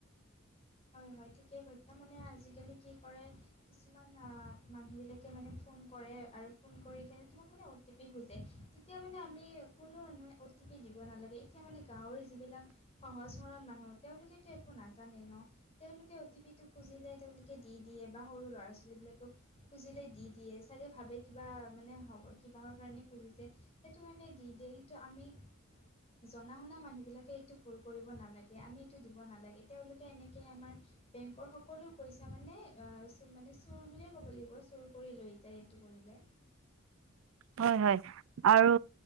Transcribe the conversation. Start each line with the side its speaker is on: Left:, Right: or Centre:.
Left: হয়, হয় ঠিকেই কৈছা। মানে আজিকালি কি কৰে কিছুমান আ, মানুহবিলাকে মানে ফোন কৰে আৰু ফোন কৰি কিনে তোমাক মানে অ অ' টি পি খোজে, তেতিয়া মানে আমি কোনো মানহে অ' টি পি দিব নালাগে। এতিয়া মানে গাঁৱৰে যিবিলাক সহজ-সৰল মানুহ তেওঁলোকেতো একো নাজানে ন। তেওঁলোকে অ' টি পিটো খুজিলে তেওঁলোকে দি দিয়ে বা সৰু ল'ৰা-ছোৱালীবিলাকেইও খুজিলে দি দিয়ে, চাগে ভাবে কিবা মানে হ'ব কি বাহৰ কাৰণে খুজিছে। সেইটো কাৰণে দি দিয়ে কিন্তু আমি জনা শুনা বিলাকে এইটো ভুল কৰিব নালাগে আমি এইটো দিব নালাগে তেওঁওলোকে এনেকে কে আমাৰ বেংকৰ সকলো পইচা মানে চ মানে চোৰ বুলিয়ে ক'ব লাগিব চোৰ কৰি লৈ যায় এইটো কৰিলে।
Right: হয়, হয়, আৰু